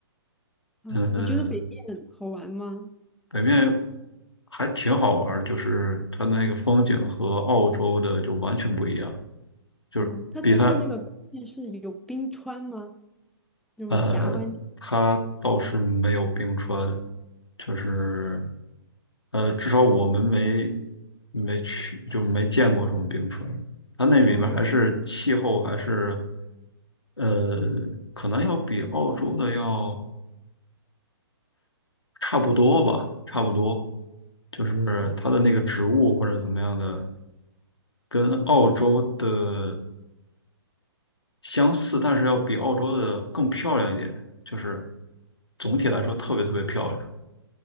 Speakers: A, in the centre; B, on the left.
A: 啊，
B: 呃
A: 你觉得北面好玩吗？
B: 北面还挺好玩儿，就是它那个风景和澳洲的就完全不一样。就是比它
A: 啊，它它是那个北面是有冰川吗？那种峡湾地
B: 呃，他倒是没有冰川，就是呃，至少我们没没去，就是没见过什么冰川。它那里面还是气候还是
A: 哦
B: 呃，可能要比澳洲的要差不多吧，差不多。就是它的那个植物或者怎么样的，跟澳洲的相似，但是要比澳洲的更漂亮一点。就是总体来说特别特别漂亮。